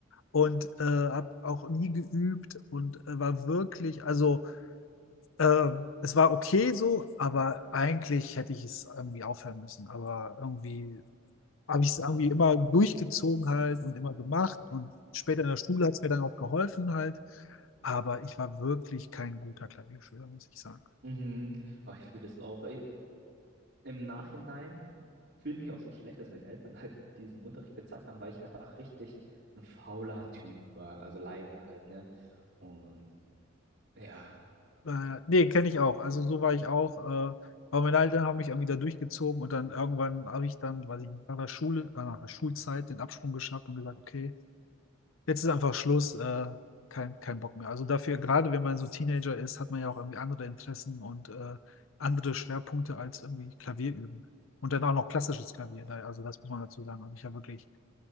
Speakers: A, on the left; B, on the right.
A: Und äh, habe auch nie geübt und äh, war wirklich, also ähm, es war okay so, aber eigentlich hätte ich es irgendwie aufhören müssen. Aber irgendwie habe ich es irgendwie immer durchgezogen halt und immer gemacht. Und später in der Schule hat es mir dann auch geholfen halt. Aber ich war wirklich kein guter Klavierschüler, muss ich sagen.
B: Mhm. Oh, ich fühle das auch. Ey, Im Nachhinein. fühle ich mich auch so schlecht, dass meine Eltern halt diesen Unterricht bezahlt haben, weil ich einfach richtig ein fauler Typ war. Also leider halt, ne? Und ja,
A: Naja. Äh, nee, kenne ich auch. Also so war ich auch. Äh, aber meine Eltern haben mich irgendwie da durchgezogen und dann irgendwann habe ich dann, weiß ich, nicht, nach der Schule, äh, nach der Schulzeit den Absprung geschafft und gesagt, okay, jetzt ist einfach Schluss, äh, kein, kein Bock mehr. Also dafür, gerade wenn man so Teenager ist, hat man ja auch irgendwie andere Interessen und äh, andere Schwerpunkte als irgendwie Klavier üben. Und dann auch noch klassisches Klavier. Da- Also das muss man dazu sagen. Also ich habe wirklich